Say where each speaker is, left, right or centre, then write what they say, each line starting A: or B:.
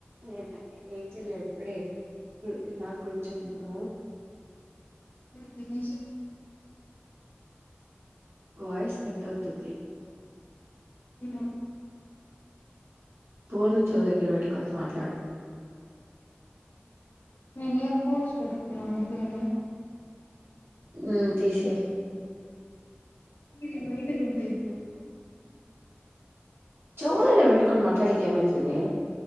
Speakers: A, on the right; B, on the left.
A: నేను ఏంజిల్ ఎప్పుడే ఇలా కూర్చున్నాను
B: అతేషతు
A: వాయిస్ కట్ అవుతుంది
B: అ
A: పోన్ చవు దగ్గర పెట్టుకొని మాట్లాడు
B: నేనుయర్ పోర్స్ పెట్కున్నా అమ
A: మ్మ్ తీసేయ్
B: మీరి బయటది ఉంటేప్పుడు
A: చోరుగర పెట్కొ మాట్లాడక ఏమైతు న